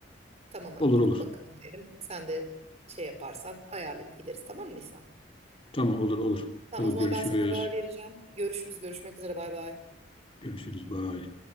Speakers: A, on the right; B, on the left.
A: Tamam hadi
B: olur
A: gidip
B: olur.
A: bakalım derim. Sen de şey yaparsan ayarlayıp gideriz tamam mı mıysan?
B: Tamam olur olur.
A: Tamam
B: Olur
A: o zaman
B: görüşürüz.
A: ben sana haber vereceğim. Görüşürüz. Görüşmek üzere. Bay bay.
B: Görüşürüz. Bye.